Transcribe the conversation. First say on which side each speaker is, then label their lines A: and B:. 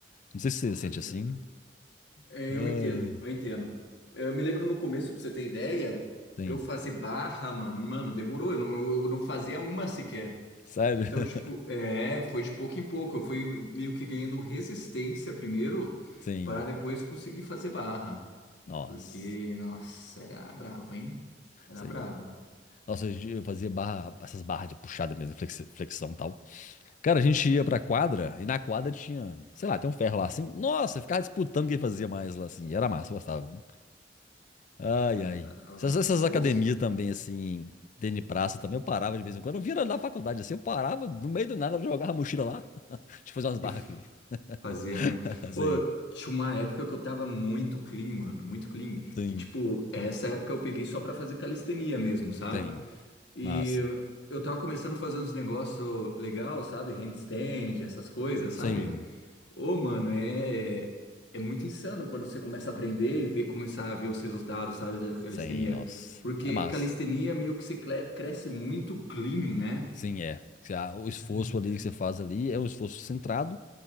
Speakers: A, on the left; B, on the left.
A: Não sei se você
B: Com certeza.
A: sente assim.
B: É, eu
A: Ai.
B: entendo, eu entendo. Eu me lembro no começo, pra você ter ideia,
A: Sim.
B: pra eu fazer barra, mano, mano, demorou. Eu não, eu eu não fazia uma sequer.
A: Sério?
B: Então,
A: <laughs>
B: tipo, é, foi de pouco em pouco. Eu fui meio que ganhando resistência primeiro,
A: Sim.
B: para depois conseguir fazer barra.
A: Nossa.
B: Porque, nossa, era bravo, hein? Era
A: Sim.
B: bravo.
A: Nossa, a gente- eu fazia barra, essas barras de puxada mesmo, flexi- flexão e tal. Cara, a gente ia pra quadra e na quadra tinha, sei lá, tem um ferro lá assim. Nossa, eu ficava disputando quem fazia mais lá assim. E era massa, eu gostava. Ai,
B: Na
A: ai.
B: na
A: Essas,
B: hora,
A: essas
B: mano,
A: academias
B: bolso.
A: também, assim, tênis de praça também,
B: Hum.
A: eu parava de vez em quando. Eu vinha na faculdade, assim, eu parava, no meio do nada, eu jogava a mochila lá. <laughs> Deixa eu fazer umas barras
B: E f-
A: aqui.
B: fazia,
A: <laughs>
B: né?
A: Sim,
B: Ô, tinha uma época que eu tava muito clean, mano, muito clean.
A: sim,
B: Que, tipo, essa época eu peguei só pra fazer calistenia mesmo, sabe?
A: sim.
B: E
A: Massa.
B: eu tava começando a fazer uns negócios legal, sabe? Handstand, essas coisas,
A: Sim,
B: sabe? Ô, mano, é, é muito insano quando você começa a aprender e ver, começar a ver os resultados, sabe, da calistenia.
A: sim, nossa.
B: Porque
A: É massa.
B: calistenia meio que você cle- cresce muito clean, né?
A: Sim, é. Se a- O esforço
B: Uhum.
A: ali que você faz ali é um esforço centrado